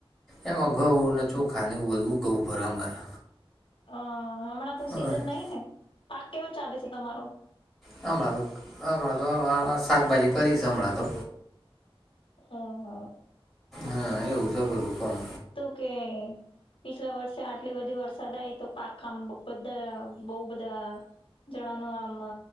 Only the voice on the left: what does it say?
હ હમણાં તો સીઝન
નહી ને પાક કેવો ચાલે છે તમારો?
ઓહો
ઓકે. પીછલા વર્ષે આટલી બધી વરસાદ આવી તો પાક આમ બધા બહુ બધા જણાનું આમ